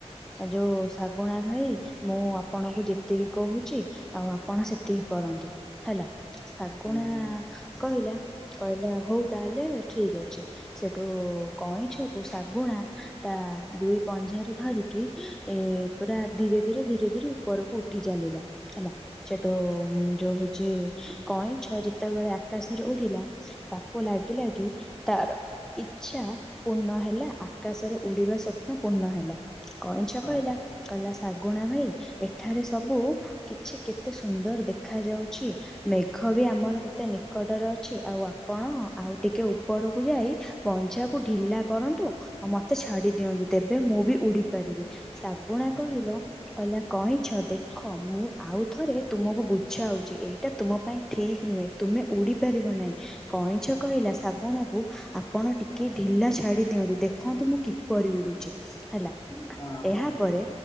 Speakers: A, in the centre; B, on the left (about 30°).
A: ଯୋଉ ଶାଗୁଣା ଭାଇ ମୁଁ ଆପଣଙ୍କୁ ଯେତିକି କହୁଛି। ଆଉ ଆପଣ ସେତିକି କରନ୍ତୁ ହେଲା ଶାଗୁଣା
B: ଇଏ
A: କହିଲା କହିଲା ହଉ ତାହେଲେ ଠିକ ଅଛି। ସେଠୁ କଇଁଛକୁ ଶାଗୁଣା ତା ଦୁଇ ପଞ୍ଝାରେ ଧରିକି ଏ ପୁରା ଧୀରେ ଧୀରେ ଧୀରେ ଧୀରେ ଉପରକୁ ଉଠି ଚାଲିଲା ହେଲା। ଛେଟୁଯୋଉ ଯେ କଇଁଛ ଯେତେବେଳେ ଆକାଶରେ ଉଡିଲା ତାକୁ ଲାଗିଲା କି ତାର ଇଚ୍ଛା ପୂର୍ଣ୍ଣ ହେଲା ଆକାଶରେ ଉଡିବା ସ୍ୱପ୍ନ ପୂର୍ଣ୍ଣ ହେଲା। କଇଁଛ
B: ହଁ
A: କହିଲା କହିଲା ଶାଗୁଣା ଭାଇ ଏଠାରେ ସବୁ କିଛି କେତେ ସୁନ୍ଦର ଦେଖାଯାଉ ଛି। ମେଘ ବି ଆମର କେତେ ନିକଟରେ ଅଛି ଆଉ ଆପଣ ଆଉ ଟିକେ ଉପରକୁ ଯାଇ ପଞ୍ଝା କୁ ଢିଲା କରନ୍ତୁ। ଆଉ ମତେ ଛାଡି ଦିଅନ୍ତୁ ତେବେ ମୁଁ ବି ଉଡି ପାରିବି ଶାଗୁଣା
B: ହୁଁ
A: କହିଲା କିହିଲା କଇଁଛ ଦେଖ ମୁଁ ଆଉ ଥରେ ତୁମକୁ ବୁଝାଉ ଏଇଟା ତୁମ ପାଇଁ ଠିକ୍ ନୁହେଁ ତୁମେ ଉଡି ପାରିବ ନାହିଁ କଇଁଛ କହିଲା ଶାଗୁଣାକୁ ଆ ଆପଣ ଟିକେ ଢିଲା ଛାଡି ଦିଅନ୍ତୁ ଦେଖନ୍ତୁ ମୁଁ କିପ କିପରି ଉଡୁଛି ହେଲା
B: ହଁ
A: ଏହା ପରେ